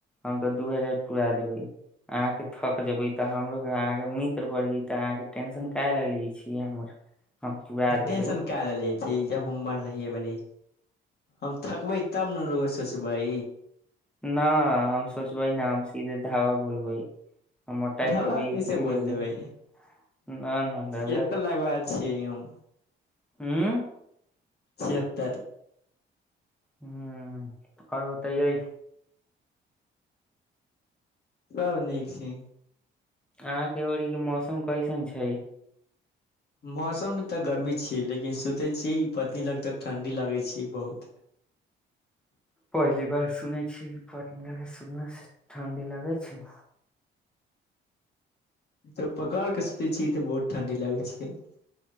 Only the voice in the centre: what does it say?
हम तऽ दू हजार पुरा देबै अहाँके थक जेबै तऽ हमरो अहाँ मित्र बढ़ी तऽ अहाँ टेंशन काहे लए ले छिय हमर हम पुरा देबै
न हम सोचबै न हम सीधे धावा बोल्बै मोटाइ
करबै
एक
बेर म
नहि नहि
रहुआ
हँ
ह आओर बतैय
अहााँ के ओरीके मौसम कैसन छै
पहली बार सुनै छी पत्नी लग सुतल से ठं्डी लगै छै